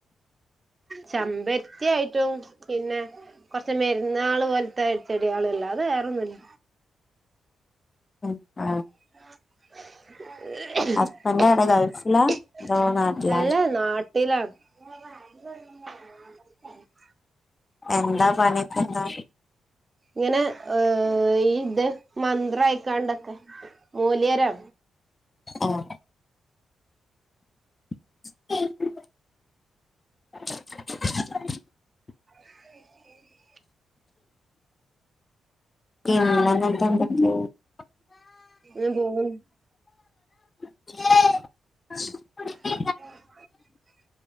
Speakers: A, on the right; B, on the left.
A: ചമ്പരത്തി ആയിട്ടും പിന്നെ കൊറച്ച മരുന്നാൾ പോലത്തെ അടിച്ചെടികളല്ല അത് വേറൊന്നുമല്ല
B: ഉ ആഹ
A: <unintelligible>
B: ഹസ്ബൻഡ് എവിടെ ഗൾഫിലാ അതോ നാട്ടിലാ
A: അല്ല നാട്ടിലാ അല്ല <unintelligible>
B: എന്താ പണിപ്പന്താ
A: ഇങ്ങനെ ഏ ഇത് മന്ത്ര അയക്കാണ്ടൊക്കെ മോലിയാരാ
B: ആഹ ഉ
A: ശെ <unintelligible>
B: പിന്നട്ടണ്ട <unintelligible>
A: അ ബ <unintelligible>
B: <unintelligible>
A: ഉ